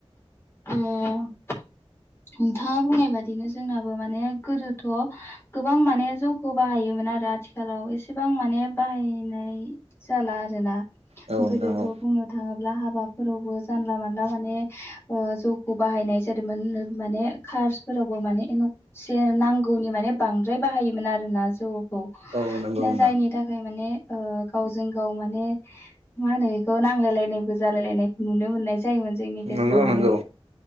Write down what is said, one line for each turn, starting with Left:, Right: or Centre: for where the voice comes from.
Left: आम नोंथाङा बुंनाय बादिनो जोंनाबो माने गोदोथ गोबां माने जौखौ बाहायोमोन आरो आथिखालाव एसेबां माने बाहायनाय जाला आरोना
Right: औ नोंथां
Left: गोदोथ
Right: औ
Left: बुंनो थाङोब्ला हाबाफोरावबो जानला मानला माने ओ जौखौ बाहायनाय जादोंमोन। माने कार्सफोरावबो माने <unintelligible> नांगौनि माने बांद्राय बाहायोमोन आरोना जौखौ
Right: औ नंगौ नोंथां
Left: जायनि थाखाय माने ओ गावजों गाव माने मा होनो बेखौ नांलायलायनायबो जालायलायनायखौ नुनो मोननाय जायोमोन जोंनि गेजेराव
Right: नंगौ
Left: माने
Right: नंगौ